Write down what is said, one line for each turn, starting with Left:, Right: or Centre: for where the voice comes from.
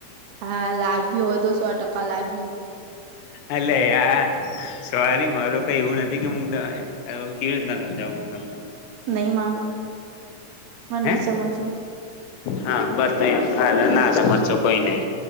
Right: હા લાગ્યું હતું સો ટકા લાગ્યું.
Left: અલે યાર સોરી મારો કઈ એવું નથી કે હું <unintelligible> એવું કેવીત ના સમજાવું હું તમને.
Right: નહી માનું માર નહી
Left: હે
Right: સમજવુ.
Left: હા બસ <unintelligible> ના સમજશો કોઈ નઈ.